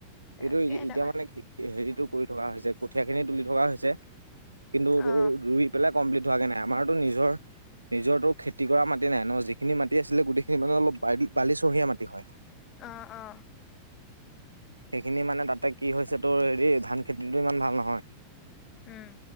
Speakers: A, on the left (about 35°); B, on the right (about 80°).
A: তাকে
B: এইটো এতিয়া
A: তাৰপা
B: মানে হেৰিটো কৰি থকা হৈছে কঠীয়া, খিনি তুলি থকা হৈছে। কিন্তু
A: অ
B: তোৰ ৰুই পেলাই কমপ্লিট হোৱাকে নাই, আমাৰতো নিজৰ নিজৰতো খেতি কৰা মাটি নাই নহ, যিখিনি মাটি আছিলে গোটেইখিনি মানে অলপ বালি-বালিচহীয়া মাটি হয়।
A: অ', অ'।
B: সেইখিনি মানে তাতে কি হৈছে, তোৰ হেৰি ধান খেতিটো ইমান ভাল নহয়।
A: উম।